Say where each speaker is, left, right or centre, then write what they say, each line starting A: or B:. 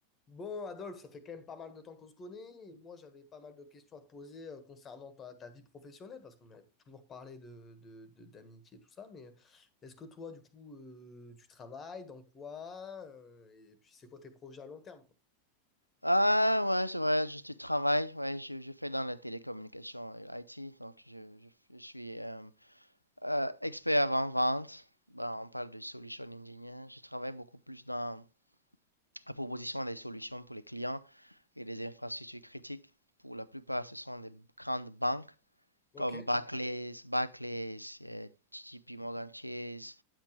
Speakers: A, on the left; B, on the left.
A: Bon, Adolphe, ça fait quand même pas mal de temps qu'on se connaît. Et moi, j'avais pas mal de questions à te poser euh, concernant ta, ta vie professionnelle, parce qu'on a toujours parlé de, de, de- d'amitié, tout ça. Mais est-ce que toi, du coup, euh, tu travailles, dans quoi? euh, et puis, c'est quoi tes projets à long terme, quoi?
B: Ah ouais, c'est vrai, je tu travailles, ouais, je, je fais dans la télécommunication et l'IT, donc je, je, je suis euh, euh, expert avant-vente, ben, on parle de solution engineer, je travaille beaucoup plus dans la proposition des solutions pour les clients et des infrastructures critiques. Pour la plupart, ce sont des grandes banques
A: Ok,
B: comme Barclays, Barclays, euh, J P Morgan Chase,